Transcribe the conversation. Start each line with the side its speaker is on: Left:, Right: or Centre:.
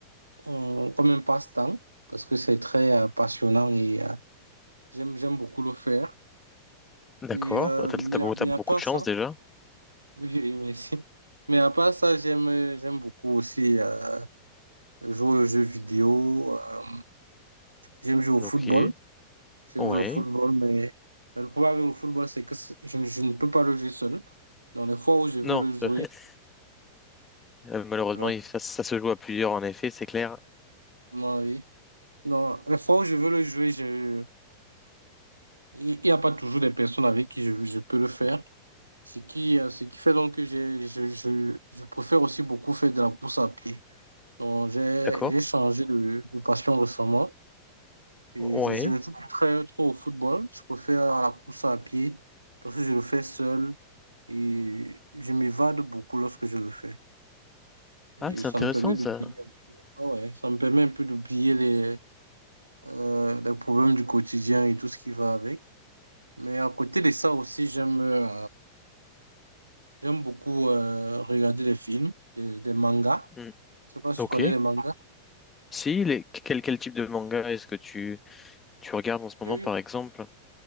Right: euh, comme un passe-temps, parce que c'est très euh, passionnant et euh, j'aime, j'aime beaucoup le faire.
Left: D'accord,
Right: Et, euh,
Left: t'as,
Right: mais,
Left: t'as beau-
Right: à-
Left: t'as
Right: mais
Left: beaucoup
Right: à part
Left: de chance
Right: ça, <laughs>
Left: déjà.
Right: oui, oui, merci. Mais à part ça, j'aime, euh, j'aime beaucoup aussi euh, jouer aux jeux vidéo, euh, j'aime jouer au football,
Left: Ok,
Right: j'aime
Left: ouais.
Right: jouer au football, mais le problème avec le football, c'est que c'est- je, je ne peux pas le jouer seul. Dans les fois où je veux
Left: Non,
Right: le jouer,
Left: <laughs> euh, malheureusement,
Right: alors,
Left: il- ça, ça se joue à plusieurs en effet, c'est clair.
Right: moi, oui. Non, les fois où je veux le jouer, je... il n'y a pas toujours des personnes avec qui je, je peux le faire. Ce qui, euh, ce qui fait donc que j'ai- je, je, je préfère aussi beaucoup faire de la course à pied. Donc, j'ai,
Left: D'accord,
Right: j'ai changé de, de passion récemment. Et
Left: ouais.
Right: je, je ne joue plus très trop au football. Je préfère à la course à pied parce que je le fais seul et je m'évade beaucoup lorsque je le fais. Et
Left: Ah, c'est
Right: ça
Left: intéressant
Right: me permet d'oublier
Left: ça.
Right: un peu, Ah ouais, ça me permet un peu d'oublier les, euh, les problèmes du quotidien et tout ce qui va avec. Mais à côté de ça aussi, j'aime euh, j'aime beaucoup euh, regarder des films, des, des mangas.
Left: Hmm.
Right: Je sais pas si
Left: Ok,
Right: tu connais les mangas.
Left: Si, les- quel, quel type de manga est-ce que tu, tu regardes en ce moment,
Right: Et,
Left: par exemple?